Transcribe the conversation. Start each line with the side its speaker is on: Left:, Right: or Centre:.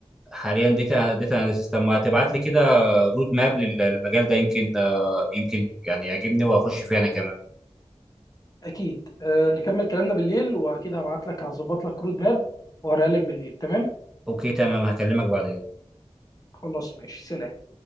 Centre: حاليا داتا داتا اناليسيس طب ما تبعت لي كده رود ماب للمجال ده يمكن آه، يمكن يعني يعجبني واخش فيه انا كمان
Left: اكيد آه نكمل كلامنا بالليل واكيد هبعت لك هظبط لك رود ماب وهوريها لك بالليل تمام
Centre: اوكي تمام هكلمك بعدين
Left: خلاص ماشي سلام